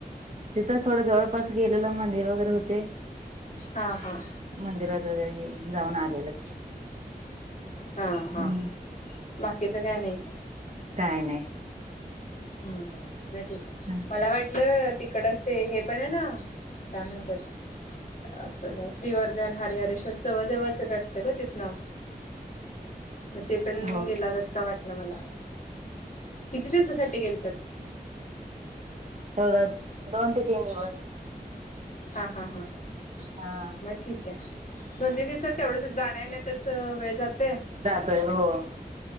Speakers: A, on the right; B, on the left.
A: तिथं थोडं जवळपास गेलेलो मंदिर वगैरे होते.
B: हा हा.
A: मंदिरात वगैरे घे जाऊन आलेलं.
B: हा
A: हम्म.
B: हा बाकीचं काय नाही?
A: काय नाय.
B: हम्म म ठीक हाय
A: हा
B: मला वाटलं ते इकडचं ते हे पण आहे ना काय म्हणत्यात. आपलं श्रीवर्धन हरिहरेश्वर जवळजवळचं वाटतं गं तिथनं. मग ते पण
A: हो
B: गेला जात का वाटलं मला, किती दिवसासाठी गेलतात?
A: तेवढं दोन ते तीन दिवस.
B: हा हा हा
A: हा
B: म ठीक हाय दोन तीन दिवसात तेवढंच जाण्या-येण्यातचं वेळ जातयं.
A: <unintelligible> हो.